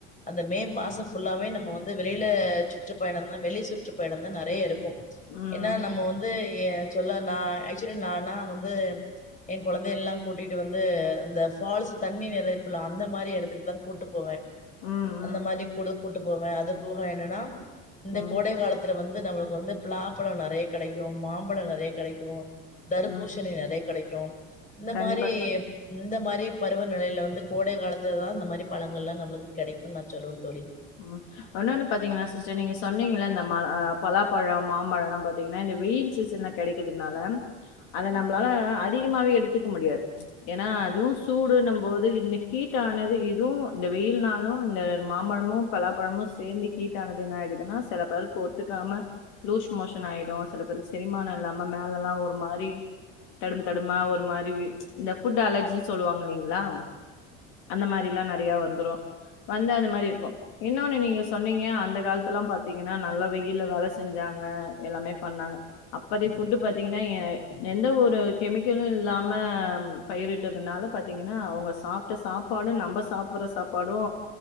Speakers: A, on the left; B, on the left.
A: அந்த மே மாசோ ஃபுல்லாவே நம்ம வந்து வெள் வெளில சுற்றுப்பயணந்தா வெளி சுற்றுப்பயணந்தா நெறைய இருக்கு
B: ம் ம்
A: எனா நம்மோ வந் வந்து ஏ சொல்ல நா ஆக்சுலா நானா வந்து என் கொழந்தை எல்லா கூட்டிட்டு வந்து இந்த ஃபால்ஸு தண்ணி நெறைப்புலா அந்த மாரி எடத்துக்குதா கூட்டு போவே
B: ம்
A: அந்த
B: ம்
A: மாரி கூட கூட்டு போவ அது போக என்னனா இந்த
B: ம்
A: கோடை கால த்துல வந்து நம்ளுக்கு வந்து பிளாப்பழோ நெறைய கெடைக்கு மாம்பழோ நெறைய கெடைக்கு தருபூஷணி
B: ம்
A: நெறைய கெடைக்கு இந்த
B: கண்டிப்பா
A: மாரி இந்த மாரி பருவநிலைல வந்து கோடை காலத்துலதா இந்த மாரி பழங்கள்ல நம்ளுக்கு கெடைக்குன் நா சொல்லுவந் தோழி
B: ஆமா பழோன்னு பாத்தீங்னா சிஸ்டர் நீங்க சொன்னீங்கிள இந்த ம ஆ பலாப்பழோ மாம்பழோலா பாத்தீங்னா இந்த வெயில் சீசன்ன கெடைக்கிதுனால அத நம்ளால அதிகமாவே எடுத்துக்க முடியாது ஏனா அதுவு சூடுன்னம்போது இந்த ஹீட் ஆனது இதுவு இந்த வெயில்னாலு இந்த மாம்பழமு பலாப்பழமு சேந்து ஹீட்டானது இன்னாய்டுதுன்னா செல பேருக்கு ஒத்துக்காம லூஸ் மோஷன் ஆய்டு சில பேருக்கு செரிமான இல்லாம மேலலா ஒரு மாரி தடும் தடுமா ஒரு மாரி வி இந்த ஃபுட் அலர்ஜி சொல்லுவாங்க இல்லைங்ளா அந்த மாரிலா நெறையா வந்துரு வந்து அந்த மாரி இருக்கு இன்னொன்னு நீங்க சொன்னீங்க அந்த காலத்ல்லா பாத்தீங்கன்னா நல்லா வெயில்ல நல்ல வேல செஞ்சாங்க எல்லாமே பண்ணாங்க அப்பதி ஃபுட்டு பாத்தீங்கன்னா எ எந்த ஒரு கெமிக்கலு இல்லாம பயிரிட்டதுனால பாத்தீங்கன்னா அவுங்க சாப்பிட்ட சாப்பாடு நம்ம சாப்ற சாப்பாடு